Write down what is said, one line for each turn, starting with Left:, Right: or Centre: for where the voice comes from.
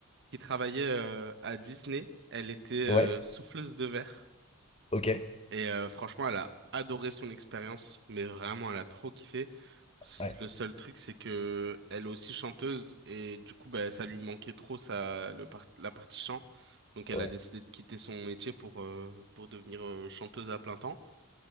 Right: qui travaillait euh, à Disney. Elle était euh,
Left: Ouais,
Right: souffleuse de verre.
Left: ok,
Right: Et euh, franchement, elle a adoré son expérience, mais vraiment, elle a trop kiffé. S-
Left: ouais,
Right: Le seul truc, c'est que elle est aussi chanteuse et du coup, bah, ça lui manquait trop ça, le par- la partie chant. Donc, elle
Left: ouais,
Right: a décidé de quitter son métier pour, euh, pour devenir euh, chanteuse à plein temps.